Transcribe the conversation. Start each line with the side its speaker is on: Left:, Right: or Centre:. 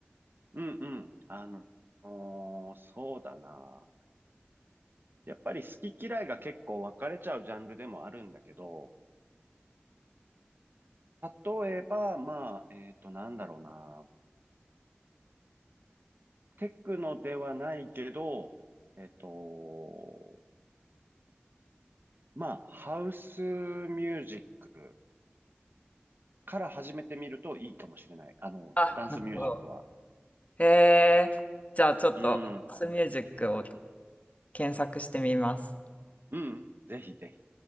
Right: うんうん。あの、そうだな。やっぱり好き嫌いが結構分かれちゃうジャンルでもあるんだけど、例えば、まあ、えっと、なんだろうな。テクノではないけど、えっと、まあ、ハウスミュージックから始めてみるといいかもしれない。あの、
Left: あ、
Right: ダンスミュージックは。
Left: なるほど。えー、じゃあちょっとスミュージックを
Right: うん、うん、
Left: 検索してみます。
Right: うんぜひぜひ。